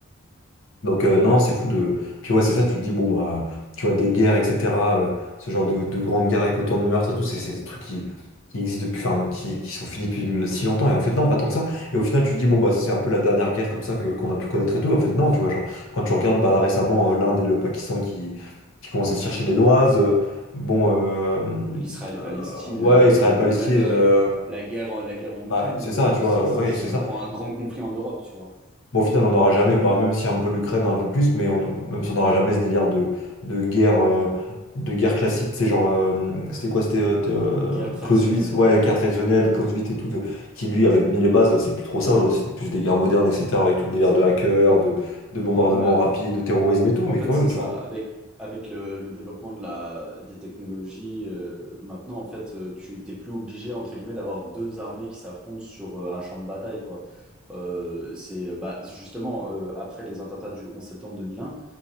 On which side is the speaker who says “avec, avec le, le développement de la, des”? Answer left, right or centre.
Centre